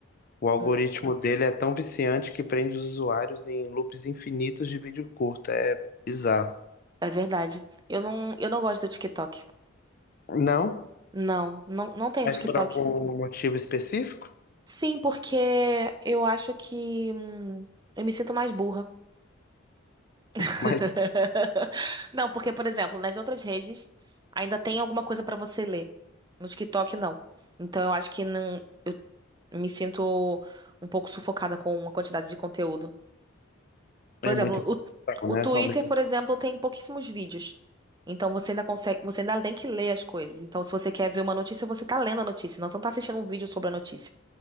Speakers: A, on the left (about 45°); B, on the right (about 20°).
A: O algoritmo
B: Hum.
A: dele é tão viciante que prende os usuários em loops infinitos de vídeo curto. É bizarro.
B: É verdade. Eu não, eu não gosto do TikTok.
A: Não,
B: Não, não, não tenho
A: mas
B: TikTok.
A: por algum motivo específico?
B: Sim, porque eu acho que hum, eu me sinto mais burra. <laughs>
A: Mas
B: Não, porque, por exemplo, nas outras redes ainda tem alguma coisa pra você ler. No TikTok, não. Então eu acho que não. me sinto um pouco sufocada com uma quantidade de conteúdo. Por
A: é
B: exemplo,
A: muita informação,
B: o,
A: né?
B: o Twitter,
A: Ao mesmo-
B: por exemplo, tem pouquíssimos vídeos. Então você ainda consegue, você ainda tem que ler as coisas. Então, se você quer ver uma notícia, você tá lendo a notícia, não, você não tá assistindo um vídeo sobre a notícia.